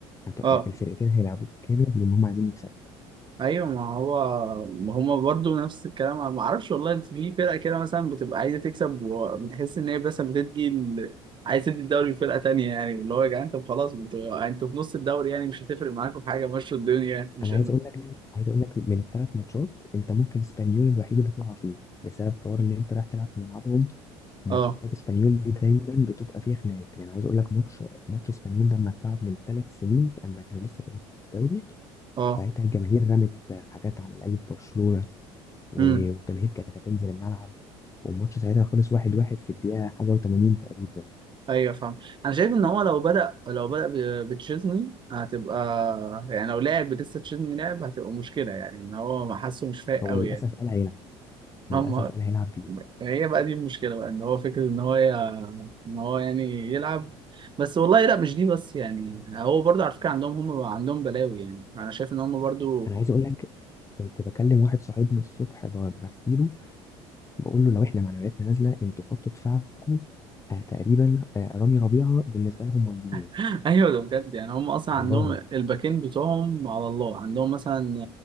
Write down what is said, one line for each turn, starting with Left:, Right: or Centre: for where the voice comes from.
Left: هت-
Right: اه
Left: آه، الفرقتين هيلعبوا جامد لان هم عايزين يكسبوا
Right: ايوه ما هو ما هما برضو نفس الكلام ما اعرفش والله انت في فرقه كده مثلا بتبقى عايزه تكسب وبتحس ان هي بس بتدي ال... عايز تدي الدوري لفرقه تانية يعني اللي هو يا جدعان طب خلاص انتوا انتوا في نص الدوري يعني مش هتفرق معاكم في حاجه مشوا الدنيا يعني مش
Left: انا عايز اقول لك عايز اقول لك من الثلاث ماتشات انت ممكن اسبانيول الوحيد اللي تقع فيه بسبب حوار ان انت رايح تلعب في ملعبهم وماتشات
Right: اه
Left: اسبانيول دي دايما بتبقى فيها خناقات يعني عايز اقول لك ماتش ماتش اسبانيول ده لما اتلعب من ثلاث سنين اما كانوا لسه في الدوري
Right: اه
Left: ساعتها الجماهير رمت حاجات على لعيبه برشلونه و-
Right: امم
Left: والجماهير كانت هتنزل الملعب والماتش ساعتها خلص واحد واحد في الدقيقة حاجة وتمانين تقريبا
Right: ايوه فاهم انا شايف ان هو لو بدأ لو بدأ ب- بتشيزني هتبقى يعني لو لعب لسه تشيزني لعب هتبقى مشكله يعني ان هو ما حاسه مش فايق
Left: هو
Right: قوي
Left: للأسف
Right: يعني
Left: قال هيلعب للأسف
Right: هم
Left: قال هيلعب بيه
Right: هي بقى دي المشكلة بقى ان هو فكرة ان هو ي... ان هو يعني يلعب بس والله لا مش دي بس يعني هو برضه على فكرة عندهم هم عندهم بلاوي يعني انا شايف ان هم برضه
Left: أنا عايز أقول لك كنت بكلم واحد صاحبنا الصبح ب- بحكي له بقول له لو إحنا معنوياتنا نازلة أنتوا خط دفاعكم آه، تقريبا آه، رامي ربيعة بالنسبة لهم والدين
Right: <laughs> ايوه ده بجد يعني هم اصلا
Left: والله
Right: عندهم الباكين بتوعهم على الله عندهم مثلا